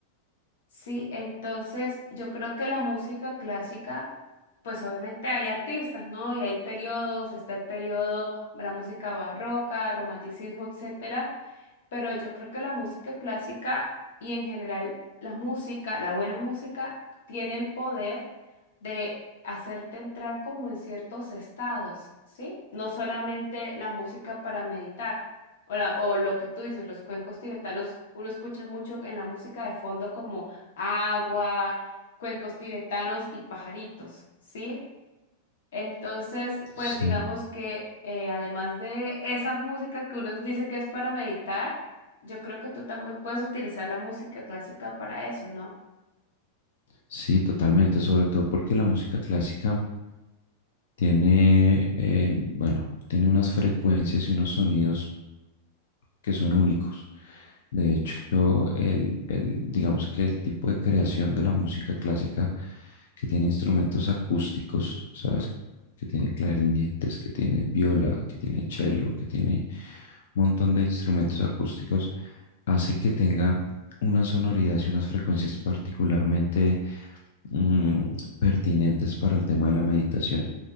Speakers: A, on the left (about 85°); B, on the left (about 70°).
A: Sí, entonces yo creo que la música clásica, pues obviamente hay artistas, ¿no? Y hay periodos, está el periodo, la música barroca, romanticismo, etcétera pero yo creo que la música clásica y en general la música, la buena música, tiene el poder de hacerte entrar como en ciertos estados, ¿sí? No solamente la música para meditar. O, la- o lo que tú dices, los cuencos tibetanos, uno escucha mucho en la música de fondo como agua, cuencos tibetanos y pajaritos, ¿sí? Entonces, pues
B: Sí.
A: digamos que eh, además de esa música que uno dice que es para meditar, yo creo que tú también puedes utilizar la música clásica para eso, ¿no?
B: Sí, totalmente, sobre todo porque la música clásica Tiene, eh, bueno, tiene unas frecuencias y unos sonidos que son únicos. De hecho, el, el- digamos que el tipo de creación de la música clásica que tiene instrumentos acústicos, ¿sabes? Que tiene clarinetes, que tiene viola, que tiene cello, que tiene un montón de instrumentos acústicos, hace que tenga unas sonoridades y unas frecuencias particularmente mm, pertinentes para el tema de la meditación.